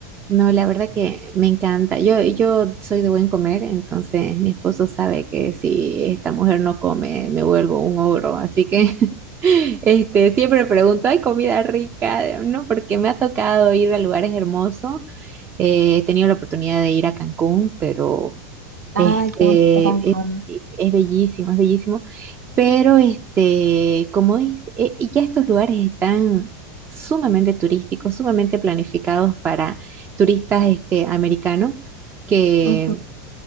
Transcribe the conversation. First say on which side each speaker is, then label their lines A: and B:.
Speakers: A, on the right; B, on the right.
A: No, la verdad que me encanta. Yo, yo soy de buen comer, entonces mi esposo sabe que si esta mujer no come, me vuelvo un ogro. Así que <laughs> este, siempre pregunto, ¿hay comida rica? No, porque me ha tocado ir a lugares hermosos. Eh, he tenido la oportunidad de ir a Cancún, pero
B: Ay,
A: este,
B: qué bonito Cancún.
A: es, es bellísimo, es bellísimo. Pero este, como es, eh, y ya estos lugares están sumamente turísticos, sumamente planificados para turistas este, americanos, que,
B: Ujú.